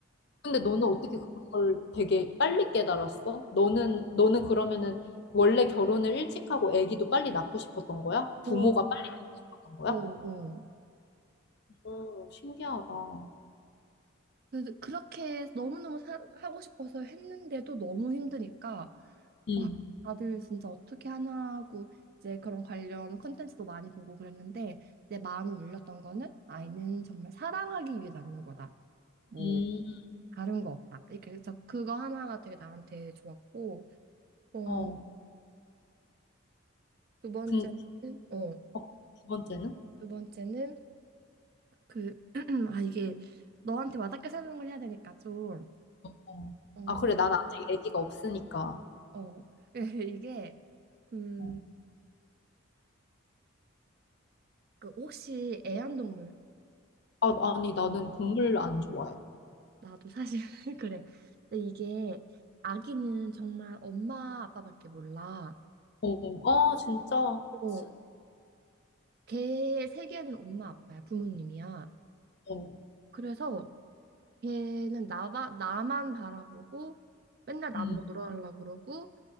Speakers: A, on the left; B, on the right.
A: 근데 너는 어떻게 그걸 되게 빨리 깨달았어? 너는 너는 그러면은 원래 결혼을 일찍 하고 아기도 빨리 낳고 싶었던 거야? 부모가
B: 어,
A: 빨리 낳고 싶었던 거야?
B: 어, 어.
A: 오, 신기하다.
B: 그래서 그렇게 너무너무 사, 하고 싶어서 했는데도 너무 힘드니까,
A: 음,
B: 와, 다들 진짜 어떻게 하나 하고, 이제 그런 관련 컨텐츠도 많이 보고 그랬는데, 내 마음을 울렸던 거는 아이는 정말 사랑하기 위해 낳는 거다. 뭐,
A: 음,
B: 다른 거 없다. 이렇게 해서 그거 하나가 되게 나한테 좋았고, 어,
A: 어,
B: 두 번째는
A: 그,
B: 어,
A: 어, 두 번째는?
B: 두 번째는 그 <clears throat> 아 이게 너한테 와닿게 설명을 해야 되니까 좀
A: 어.
B: 어,
A: 아, 그래, 난 아직 아기가 없으니까.
B: 어. <laughs> 이게 음,
A: 어.
B: 그 혹시 애완동물
A: 아, 아니, 나는 동물 안 좋아해.
B: 나도 사실 <laughs> 그래. 근데 이게 아기는 정말 엄마 아빠밖에 몰라.
A: 어, 아, 진짜.
B: 어,
A: 스-
B: 걔 세계는 엄마 아빠야, 부모님이야.
A: 어,
B: 그래서 걔는 나만 나만 바라보고 맨날 나보고
A: 음.
B: 놀아달라 그러고